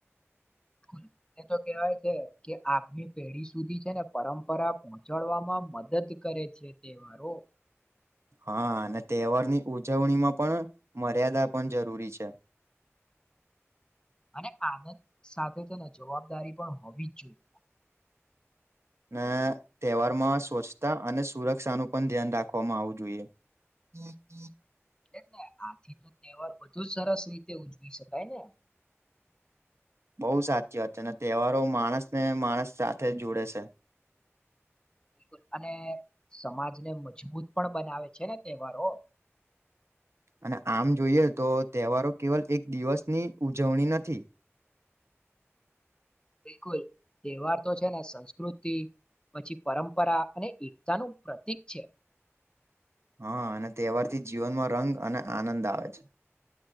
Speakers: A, on the left; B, on the right.
A: હ <unintelligible> એ તો કેવાય છે કે આદમી પેઢી સુધી છે ને પરંપરા પોહોંચાડવામાં મદદ કરે છે તહેવારો
B: હા અને તહેવારની ઉજવણીમાં પણ મર્યાદા પણ જરૂરી છે. <inaudible>
A: અને આનંદ સાથે તેને જવાબદારી પણ હોવી જ જોઈએ.
B: અને તહેવાર માં સ્વચ્છતા અને સુરક્ષા નું પણ ધ્યાન રાખવામાં આવવું જોઈએ. હમ હમ.
A: એટલે ને આથી તો તહેવાર બધુ જ સરસ રીતે ઉજવી શકાય ને.
B: બહુ સાચી વાત અને તહેવારો માણસ ને માણસ સાથે જોડે છે. <inaudible>
A: બિલકુલ અને સમાજને મજબૂત પણ બનાવે છે ને તહેવારો
B: <inaudible> અને આમ જોઈએ તો તહેવારો કેવલ એક દિવસની ઉજવણી નથી. <inaudible>
A: બિલકુલ તહેવાર તો છે ને સંસ્કૃતિ પછી પરંપરા અને એકતાનું પ્રતીક છે.
B: હા અને તહેવારથી જીવનમાં રંગ અને આનંદ આવે છે.